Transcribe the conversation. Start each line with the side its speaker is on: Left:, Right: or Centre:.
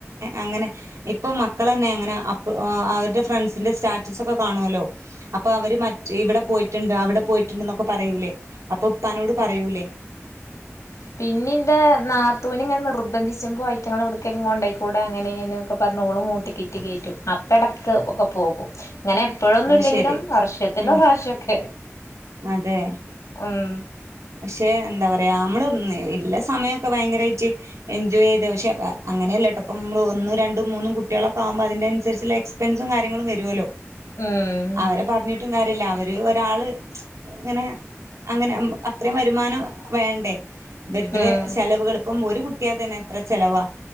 Right: അങ്ങനെ ഇപ്പൊ മക്കളെന്നേ അങ്ങനെ അപ്പ് അവര്ടെ ഫ്രണ്ട്സിന്റെ സ്റ്റാറ്റസൊക്കെ കാണൂല്ലോ? അപ്പൊ അവര് മറ്റ് ഇവ്ടെ പോയിട്ട്ണ്ട് അവ്ടെ പോയിട്ട്ണ്ട്ന്നൊക്കെ പറയൂലേ അപ്പൊപ്പാനോട് പറയൂലേ?
Left: പിന്നിന്റെ നാത്തൂന്ങ്ങനെ നിർബന്ധിച്ചുമ്പോ ഐറ്റ്ങ്ങളെ എവ്ട്ക്കേലും കൊണ്ടോയിക്കൂടെ അങ്ങനെ ഇങ്ങനെ ഒക്കെ പറഞ്ഞ് ഓളി മൂട്ടി കീറ്റി കയറ്റും അപ്പെടക്ക് ഒക്കെ പോകും ഇങ്ങനെ എപ്പഴൊന്നുല്ലെങ്കിലും
Right: അത് ശരി
Left: വർഷത്തിലൊര്റാശ്യൊക്കെ
Right: ഉം അതെ
Left: ഉം.
Right: പക്ഷെ എന്താ പറയാ അമ്മള് ഇള്ള സമയൊക്കെ ഭയങ്കരായിറ്റ് എൻജോയെയ്ത് പക്ഷേ അങ്ങനൃല്ലട്ടോ ഇപ്പം അമ്മള് ഒന്നും രണ്ടും മൂന്നും കുട്ട്യേളൊക്കാവുമ്പോ അതിന്റന്സര്ച്ച്ള്ളേ എക് സ്പെൻസും കാര്യങ്ങളും വെരോല്ലോ.
Left: ഉം
Right: അവരെ പറ്ഞ്ഞിട്ടും കാര്യല്ല അവര് ഒരാള് ങ്ങനേ അങ്ങനെ ഉം അത്രേം വരുമാനം വേണ്ടേ ദരിദ്രെ
Left: ഉം
Right: ചെലവുകള് ഇപ്പം ഒരു കുട്ടി കുട്ട്യായാത്തന്നെ എത്ര ചെലവാ.